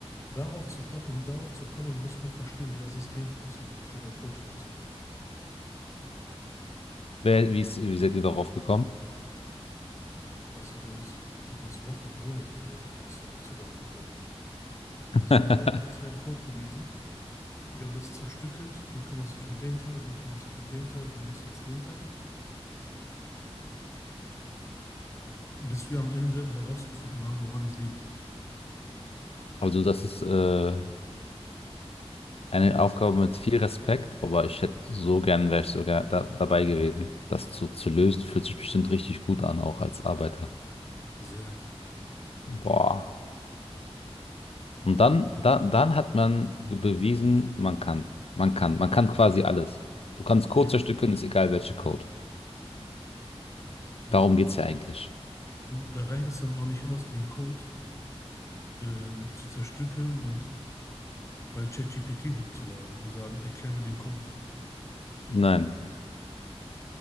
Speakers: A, on the left (about 25°); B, on the left (about 65°).
A: Darauf zu kommen, um darauf zu kommen, muss man verstehen, wie das System funktioniert, wie der Code funktioniert.
B: Wer, wie, ist, wie seid ihr darauf gekommen?
A: Das hat uns, das hat uns Wochen, Monate vielleicht gekostet, bis wir darauf gekommen sind.
B: <laughs>
A: Das sind tausende Zeilen Code gewesen. Wir haben das zerstückelt. Du kümmerst dich um den Teil, du kümmerst dich um den Teil, du liest jetzt den Teil. Bis wir am Ende herausgefunden haben, woran es liegt.
B: Also das ist äh, eine Aufgabe mit viel Respekt, aber ich hätte so gern, wäre ich sogar da, dabei gewesen. Das zu, zu lösen fühlt sich bestimmt richtig gut an, auch als Arbeiter.
A: Sehr,
B: Boah. Und dann,
A: sehr.
B: da, dann hat man bewiesen, man kann. Man kann. Man kann quasi alles. Du kannst Code
A: Ja,
B: zerstückeln, ist egal welche Code.
A: genau.
B: Darum geht's ja eigentlich.
A: Und da reicht es dann auch nicht aus, den Code ähm, zu zerstückeln und bei ChatGPT hochzuladen und sagen, erklär mir den Code.
B: Nein.